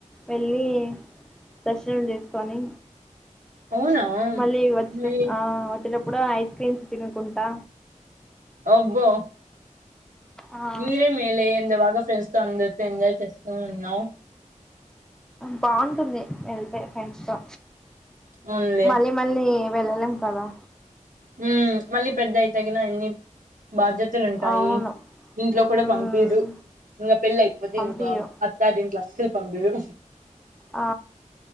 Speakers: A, in the centre; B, on the right (about 90°).
A: వెళ్ళి దర్శనం చేసుకొని
B: అవునా
A: మళ్ళీ వచ్చేటప్పు
B: మీ
A: ఆ వచ్చేటప్పుడు ఐస్ క్రీమ్స్ తినుకుంటా
B: అబ్బో
A: ఆ
B: మీరే మేలే ఎంత బాగా ఫెండ్స్తో అందరితో ఎంజాయ్ చేస్తూ ఉన్నావ్
A: బాగుంటుంది వెళ్తే ఫ్రెండ్స్ తో
B: అవునులే
A: మళ్ళీ మళ్ళీ వెళ్లలేం కాదా
B: ఉ మళ్ళీ పెద్ద అయితేగన ఎన్ని బాధ్యతలు ఉంటాయి
A: అవును
B: ఇంట్లో కూడా
A: మ్మ్
B: పంపిరు ఇంగ పెళ్ళైపోతే
A: పంపియరు
B: ఇంకా అత్తారింట్లో అస్సలు పంపిరు
A: ఆ